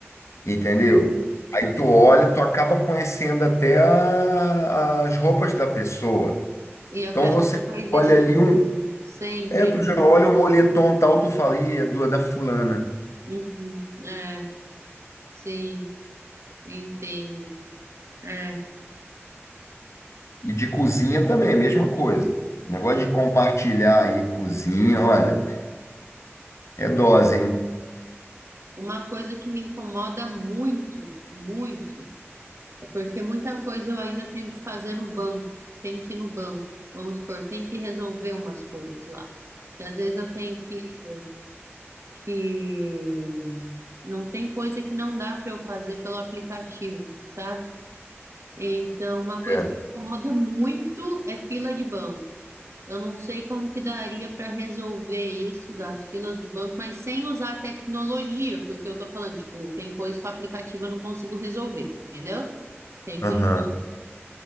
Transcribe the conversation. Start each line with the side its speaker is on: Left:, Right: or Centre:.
Left: Entendeu?
Right: tá.
Left: Aí tu olha, tu acaba conhecendo até a- as roupas da pessoa.
Right: E a
Left: Então
Right: pessoa
Left: você
Right: faz
Left: olha
Right: isso
Left: ali um,
Right: sempre.
Left: é, tu já olha o moletom tal, tu fala, "Ih, é do- é da fulana.
Right: Uhum, É, sim, eu entendo. É.
Left: E de cozinha também, a mesma coisa. Negócio de compartilhar aí cozinha, olha, é dose, hein?
Right: Uma coisa que me incomoda muito, muito. É Porque muita coisa eu ainda tenho que fazer no banco, tenho que ir no banco, vamos supor, tenho que resolver umas coisas lá. E às vezes eu tenho que, que... Não tem coisa que não dá para eu fazer pelo aplicativo, sabe? Então, uma coisa
Left: É.
Right: que me incomoda <laughs> muito é fila de banco. Eu não sei como que daria para resolver isso das filas do banco, mas sem usar a tecnologia, porque eu tô falando, tipo, tem coisa que o aplicativo eu não consigo resolver, entendeu? Tenho
Left: Aham.
Right: que ir no banco.